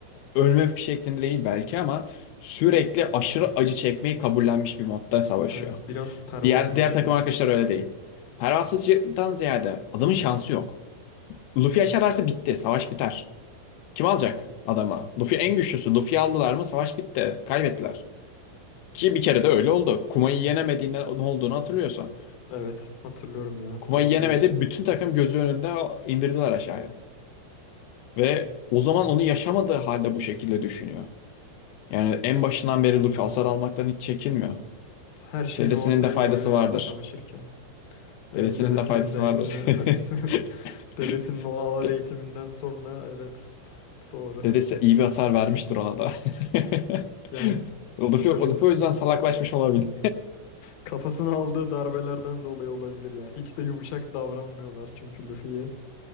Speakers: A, on the left (about 85°); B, on the left (about 75°).
A: ölme şeklinde değil belki ama sürekli aşırı acı çekmeyi kabullenmiş bir modda savaşıyor.
B: Evet biraz pervasızca.
A: Diğer diğer takım arkadaşlar öyle değil. Pervasızcıdan ziyade adamın şansı yok. Luffy aşararsa bitti. Savaş biter. Kim alacak adama? Luffy en güçlüsü. Luffy'yi aldılar mı savaş bitti. Kaybettiler. Ki bir kere de öyle oldu. Kuma'yı yenemediğinde ne olduğunu hatırlıyorsan.
B: Evet hatırlıyorum ya
A: Kuma'yı
B: doğru
A: yenemedi.
B: diyorsun.
A: Bütün takım gözü önünde indirdiler aşağıya. Ve o zaman onu yaşamadığı halde bu şekilde düşünüyor. Yani en başından beri Luffy hasar almaktan hiç çekinmiyor.
B: Her şeyini
A: Dedesinin
B: ortaya
A: de faydası
B: koyuyor
A: vardır.
B: yani savaşırken. Evet
A: Dedesinin
B: dedesinin
A: de faydası
B: de
A: vardır.
B: eğitimi
A: <laughs>
B: <laughs> dedesinin o ağır
A: De-
B: eğitiminden sonra evet doğru.
A: Dedesi iyi bir hasar vermiştir ona da. <laughs>
B: Yani
A: Luffy,
B: çocuk
A: Luffy o yüzden salaklaşmış olabilir.
B: kafasına aldığı darbelerden dolayı olabilir ya. Hiç de yumuşak davranmıyorlar çünkü Luffy'ye.